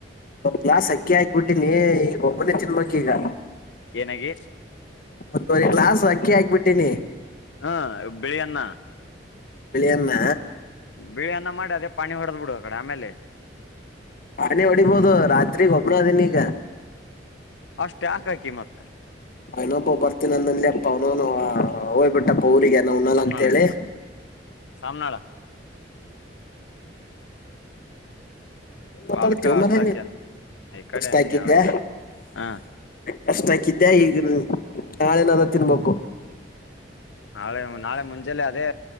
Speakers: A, on the left (about 50°); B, on the left (about 80°).
A: ಗ್ಾಸ್ ಅಕ್ಕಿ ಹಾಕ್ಬಿಟ್ಟೀಿನಿ ಈಗ ಒಬ್ಬನೇ ಚಿಿನಮಕ್ಕಿ ಈಗ
B: ಏನಾಗಿ
A: ಒತ್ತುವರಿ ಗ್ಲಾಸ್ ಅಕ್ಕಿ ಹಾಕ್ಬಿಟ್ಟೀನಿ
B: ಹ್ಮ ಬಿಳಿಯನ್ನ
A: ಬಿಳಿಯನ್ನ
B: ಬಿಳಿ ಅನ್ನ ಮಾಡಿ ಅದೇ ಪಾಣಿ ಹೊಡೆದ್ ಬಿಡು ಆ ಕಡೆ ಆಮೇಲೆ
A: ಹಾಣಿ ಹೊಡಿಬಹದು ರಾತ್ರಿಗ್ ಒಬ್ಬನ ಅದನ ಈಗ
B: ಅಷ್ಟೆ ಆಕಾಕಿ ಮತ್ತ
A: ನೊಬ್ಬ ಬರ್ತೀಿ ಅಂದಂದಲ್ಲಿ ಅಪ್ಪ ಅವನು ಹೋಗ್ಬಿಟ್ಟ ಟ್ಟಪ್ಪ ಊರಿಗೆ ಅ ನ ಉನಾಲ
B: ಸಾಮ್ನಾಳ
A: ಅಂತೇಳಿ
B: ಸಾಮ್ನಾಳ
A: ನೀನ್ ಮಾತಾಡ್ತೇವು
B: ಅದಕ್ಕ
A: ಮನ
B: ಅಷ್ಟ ಹಾಕ್ಯನ್ ಈ
A: ಮಸ್ತ
B: ಕಡೆ ಅನ್ಯಾಳ
A: ಹಾಕಿದ್ದೆ
B: ಈ ಕಡೆ ಹ
A: ಕಷ್ಟ ಆಾಕಿದ್ದೆ ಈಗ ನಾಳೆನದ ತಿನ್ಬೇಕು
B: ನಾಳೆ ನಾಳೆ ಮುಂಜಾನೆ ಅದೇ